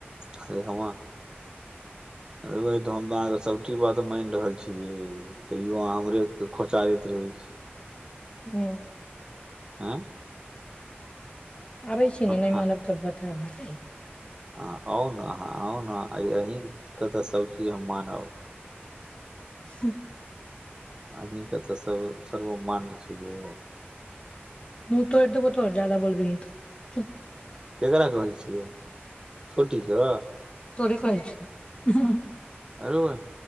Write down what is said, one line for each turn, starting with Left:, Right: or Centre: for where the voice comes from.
Right: हे हमा रै बैह हम तऽ अहाँके सबची बात मान रहल छी छी यै तैयो अहाँ हमरे खोँचारैत रहै छी
Left: हू
Right: आँ
Left: आबै छी ने नहि
Right: खा
Left: मानब तब ब तब आहाँके
Right: अहाँ आउ ने अहाँ आउ ने अरे अहीँके तऽ सभचीज हम मानब
Left: हूँ
Right: अही के त कहो सर्वमान छै जे
Left: मूह तौर देबो तोहर जादा बोल्बी ही तऽ
Right: ककरा कहै छियै छोटीके
Left: तोर कहै छियौ
Right: आरौ बैह